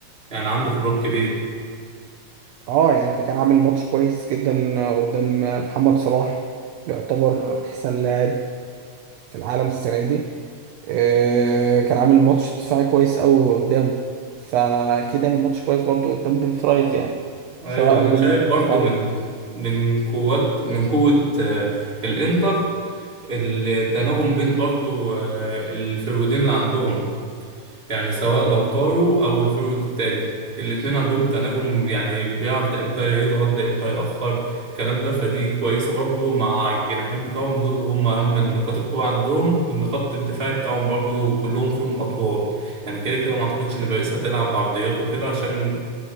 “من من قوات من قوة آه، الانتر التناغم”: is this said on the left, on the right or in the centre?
Right